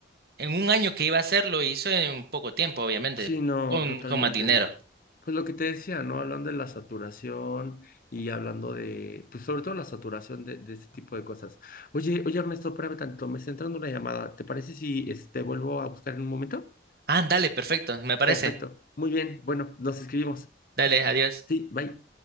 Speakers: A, on the right; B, on the left.
A: en un año que iba a hacer, lo hizo en poco tiempo, obviamente,
B: Sí, no,
A: con,
B: totalmente.
A: con más dinero.
B: Pues lo que te decía, ¿no? Hablando de la saturación y hablando de, pues sobre todo la saturación de, de este tipo de cosas. Oye, oye Ernesto, espérame tanto, me está entrando una llamada. ¿Te parece si este, vuelvo a buscar en un momento?
A: Ah, dale, perfecto, me parece.
B: Perfecto. Muy bien. Bueno, nos escribimos.
A: Dale, adiós.
B: Sí, bye.